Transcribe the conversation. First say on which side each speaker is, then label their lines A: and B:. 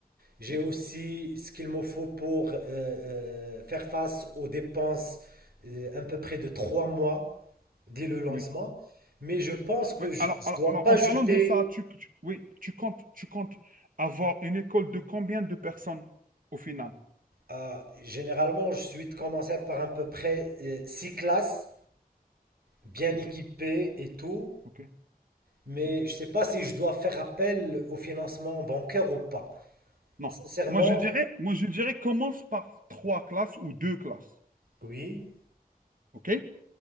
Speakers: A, on the right; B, on the right.
A: J'ai
B: Ouais.
A: aussi ce qu'il me faut pour euh, euh, faire face aux dépenses euh, à peu près de trois mois dès le lancement.
B: oui.
A: Mais je pense que
B: Ouais
A: je
B: alors,
A: ne
B: alors,
A: dois
B: alors,
A: pas
B: en
A: jeter.
B: parlant de ça, tu, tu- oui, tu comptes, tu comptes avoir une école de combien de personnes au final?
A: euh, généralement, je suis commencé par à peu près euh, six classes, bien
B: OK,
A: équipées et tout.
B: OK,
A: Mais
B: OK.
A: je ne sais pas si je dois faire appel au financement bancaire ou pas.
B: Non,
A: Sincèrement,
B: moi je dirais, moi je dirais commence par trois classes ou deux classes.
A: oui,
B: OK?